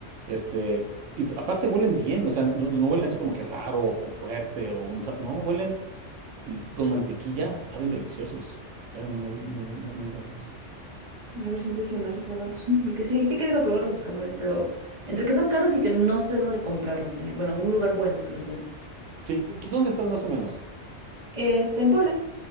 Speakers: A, on the right; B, on the right.
A: Este, y aparte huelen bien, o sea, no, no huelen así como que raro o, fuerte o un... sa- No, huelen y con mantequillas saben deliciosos, saben muy, muy, muy, muy buenos.
B: A ver si entonces se me hace probarlos. <laughs> Mm, Porque sí, sí he querido probar los escamoles, pero entre que son caros y que no sé dónde comprarlos. eh, bueno, un lugar bueno que los venden.
A: Sí, ¿tú, tú dónde estás más o menos?
B: Este, en Puebla.